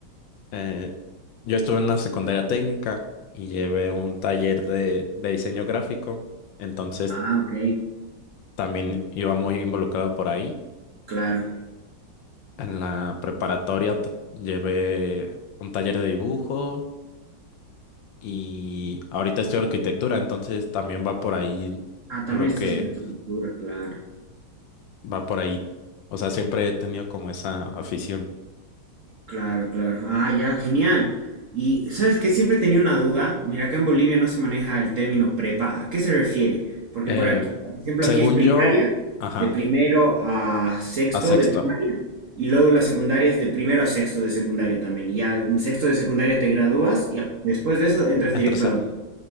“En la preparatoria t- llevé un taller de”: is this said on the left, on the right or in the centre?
Left